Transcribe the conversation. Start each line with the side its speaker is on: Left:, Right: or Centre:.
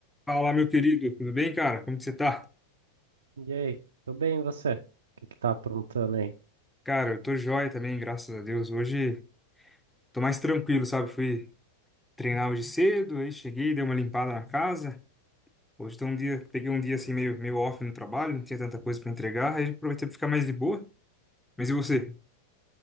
Centre: Fala, meu querido, tudo bem, cara? Como que você tá?
Right: E aí, tudo bem, e você? O que que tá aprontando aí?
Centre: Cara, eu tô joia também, graças a Deus. Hoje tô mais tranquilo, sabe? Fui treinar hoje cedo, aí cheguei, dei uma limpada na casa. Hoje tô um dia, peguei um dia assim meio, meio off no trabalho, não tinha tanta coisa pra entregar, aí aproveitei pra ficar mais de boa. Mas e você?